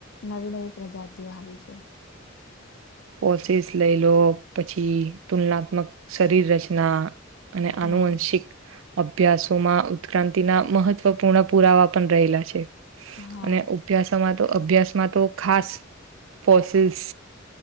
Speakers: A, on the left; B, on the right.
A: નવી નવી પ્રજાતિઓ આવી છે.
B: ફોસિલ્સ લઈ લો, પછી તુલનાત્મક શરીર રચના, અને
A: હા
B: આનુવંશિક અભ્યાસોમાં, ઉત્ક્રાંતિના મહત્વપૂર્ણ પુરાવા પણ રહેલા છે.
A: હા
B: અને ઉભ્યાસમાં તો અભ્યાસમાં તો ખાસ ફોસિલ્સ